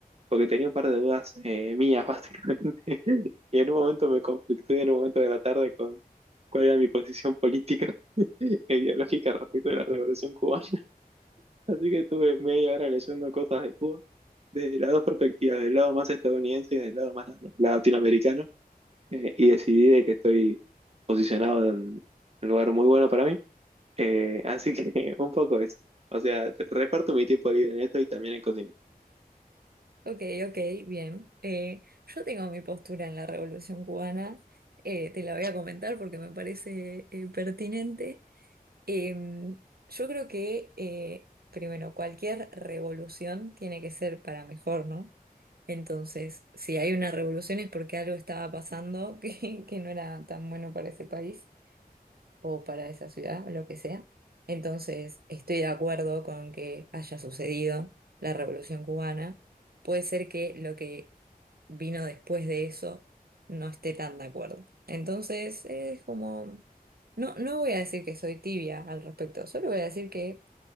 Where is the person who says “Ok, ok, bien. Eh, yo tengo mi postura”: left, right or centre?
Right